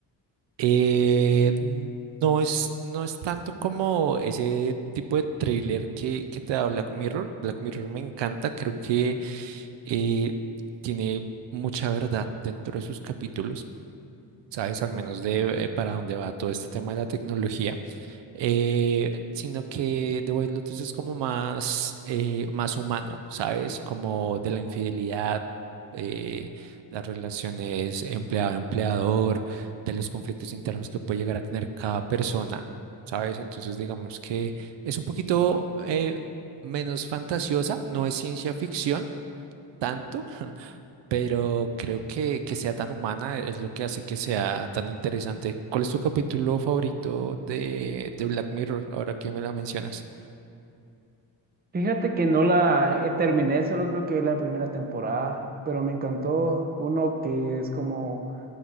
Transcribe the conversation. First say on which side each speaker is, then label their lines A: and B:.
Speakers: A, on the right; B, on the right.
A: Eh, no es, no es tanto como ese tipo de thriller que, que te da Black Mirror. Black Mirror me encanta, creo que eh, tiene mucha verdad dentro de sus capítulos. Sabes al menos de eh, para dónde va todo este tema de la tecnología. eh, sino que The White Lotus es como más, eh, más humano, ¿sabes? Como de la infidelidad, eh, las relaciones empleado-empleador, de los conflictos internos que puede llegar a tener cada persona, ¿sabes? Entonces, digamos que es un poquito eh, menos fantasiosa, no es ciencia ficción tanto pero creo que, que sea tan humana es lo que hace que sea tan interesante. ¿Cuál es tu capítulo favorito de, de Black Mirror, ahora que me la mencionas?
B: Fíjate que no la eh, terminé, solo creo que la primera temporada, pero me encantó uno que es como,